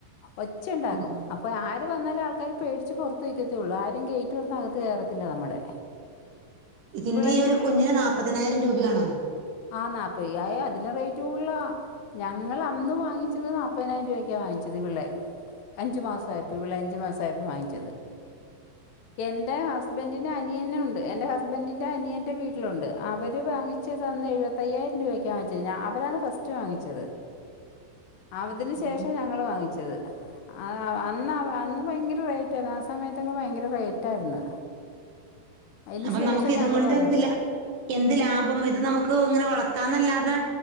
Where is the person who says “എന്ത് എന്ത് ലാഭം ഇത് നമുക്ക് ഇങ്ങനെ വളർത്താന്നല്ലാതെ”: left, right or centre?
Right